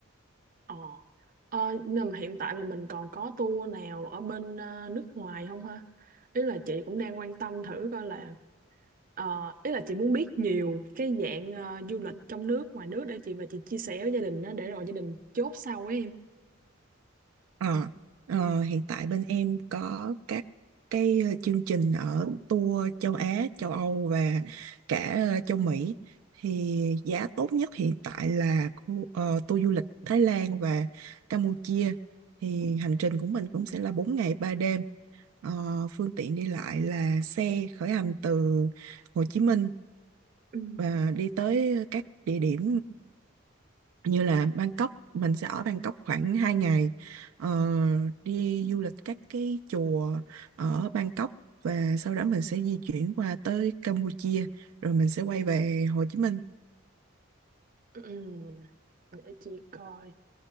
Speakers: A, on the right (about 40°); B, on the right (about 85°).
A: Ờ, ờ, nhưng mà hiện tại là mình còn có tour nào ở bên ờ, nước ngoài không ha? Ý là chị cũng đang quan tâm thử coi là Ờ, ý là chị muốn biết nhiều cái dạng ờ, du lịch trong nước, ngoài nước để chị và chị chia sẻ với gia đình đó để rồi gia đình chốt sau ấy em.
B: Ờ, ờ, hiện tại bên em có các cái ờ, chương trình ở tour châu Á, châu Âu và cả ờ, châu Mỹ thì giá tốt nhất hiện tại là khu- ờ, tour du lịch Thái Lan và Campuchia thì hành trình của mình cũng sẽ là bốn ngày ba đêm Ờ, phương tiện đi lại là xe khởi hành từ Hồ Chí Minh
A: Ừ,
B: và đi tới các địa điểm như là Bangkok mình sẽ ở Bangkok khoảng hai ngày ờ, đi du lịch các cái chùa ở Bangkok và sau đó mình sẽ di chuyển qua tới Campuchia rồi mình sẽ quay về Hồ Chí Minh
A: ừm, Để chị coi.